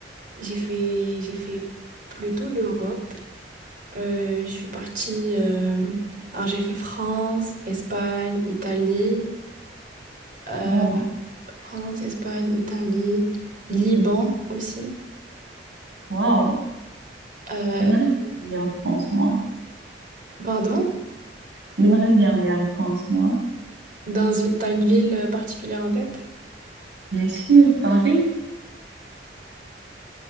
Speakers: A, on the right; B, on the right.
A: j'ai fait j'ai fait plutôt l'Europe. Euh, je suis partie. euh, alors j'ai fait France, Espagne, Italie. euh,
B: Oh,
A: France, Espagne, Italie, Liban aussi.
B: wow.
A: Euh,
B: J'aimerais bien aller en France, moi.
A: pardon?
B: J'aimerais bien aller en France, moi.
A: Dans une- t'as une ville euh, particulière en tête?
B: Bien sûr, Paris.